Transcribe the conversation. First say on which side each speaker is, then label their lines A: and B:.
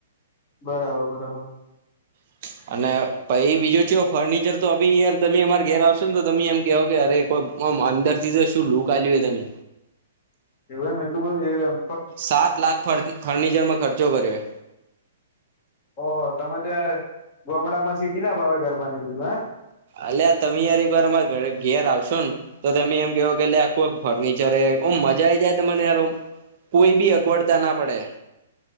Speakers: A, on the left; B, on the right.
A: બરાબર બરાબર
B: <inaudible> અને પહી બીજુ ચુ ફર્નિચર તો અબી યાર તમે અમારે ઘેર આવશો ને તો તમે એમ કેહો કે અરે કો ઓમ અંદર થી તો શું લૂકલ આલ્યું તમે
A: એવદમાં નુ એટલું બધુ એ એમ
B: સાત લાખ ફન ફર્નિચરમાં ખર્ચો કર્યો
A: ઓહ તમે તો યાર ગોમડા માં સીટી ના ભાવે ઘર બનીવી દીધું હે
B: અલેયા તમે યાર એક વાર અમારે ઘરે ઘેર આવશો ને તો તમે એમ કેહો કે એલે આ કોઈ ફર્નિચરે ઓમ મજા આયી જાય તમને યાર ઓમ કોઈ બી અગવડતા ના પડે